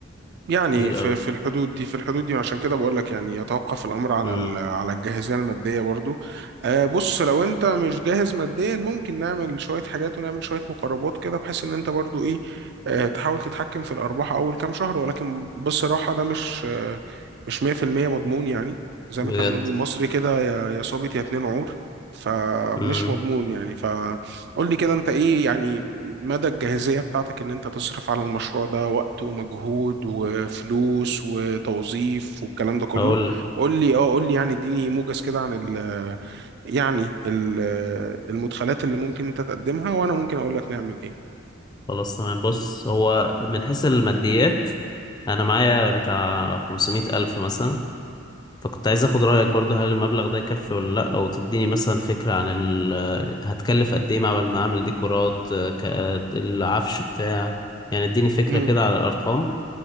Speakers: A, on the right (about 55°); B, on the left (about 20°).
A: يعني
B: كتير
A: في
B: قوي
A: في الحدود دي في الحدود دي عشان كده بقول لك يعني يتوقف الامر على
B: امم
A: ال- على الجاهزيه الماديه برضو آه، بص لو انت مش جاهز ماديا ممكن نعمل شويه حاجات ونعمل شويه مقربات كده بحيث ان انت برضو ايه آه، تحاول تتحكم في الارباح اول كام شهر ولكن بصراحه ده مش آه، مش 100% مضمون يعني زي
B: بجد
A: ما احنا بنقول بالمصري كده يا يا صابت يا اتنين عور فمش
B: امم
A: مضمون يعني ف قول لي كده انت ايه يعني مدى الجاهزية بتاعتك ان انت تصرف على المشروع ده وقت ومجهود وفلوس وتوظيف والكلام ده كله
B: هقول لك
A: قول لي اه قول لي يعني اديني موجز كده عن ال يعني ال- المدخلات اللي ممكن انت تقدمها وانا ممكن اقول لك نعمل ايه
B: خلاص تمام بص هو من حيث الماديات انا معايا بتاع خمسمائة الف مثلا فكنت عايز اخد رأيك برضو هل المبلغ ده يكفي ولا لا او تديني مثلا فكرة عن ال هتكلف قد ايه عبال ما اعمل ديكورات ك- العفش بتاع يعني اديني فكرة
A: مم.
B: كده على الارقام